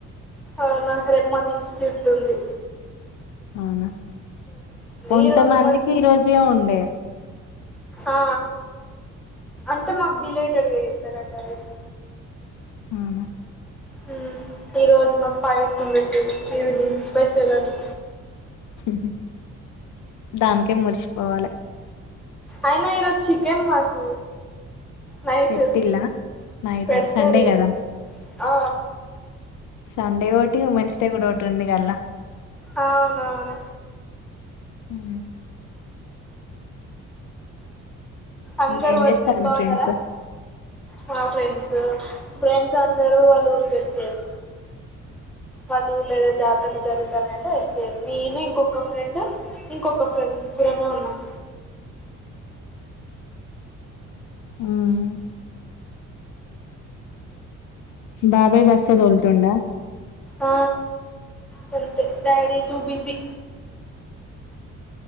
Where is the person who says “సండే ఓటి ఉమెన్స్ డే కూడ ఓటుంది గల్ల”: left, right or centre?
Left